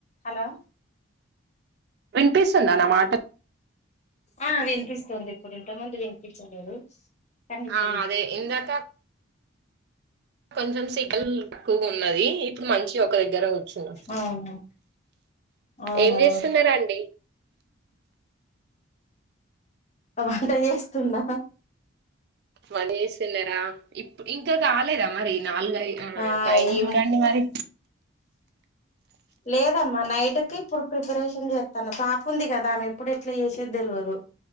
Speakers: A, on the left (about 35°); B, on the right (about 50°).
A: Hello
B: వినిపిస్తుందా నా మాట
A: ఆ వినిపిస్తుంది ఇప్పుడు ఇంతముందు వినిపించలేదు కానీ ఇప్పుడు
B: ఆ
A: వినిపిస్తుంది
B: అదే ఇందాక కొంచెం సెకల్ ఎక్కువ ఉన్నది ఇప్పుడు మంచి ఒక దగ్గర ఉ చ
A: అవునా అవునా
B: ఏం చేస్తున్నారు అండి
A: హ వంట చేస్తున్నా
B: వంట చేస్తున్నారా ఇప్పు ఇంకా కాలేద మరి నాలుగు అయి
A: ఆ
B: టైం
A: ఈవినింగ్
B: చూడండి మరి
A: లేదమ్మా నైట్కి ఇప్పుడు ప్రిపరేషన్ చేస్తాన పాప ఉంది కదా ఆమె ఎప్పుడు ఎట్లా చేసేది తెలియదు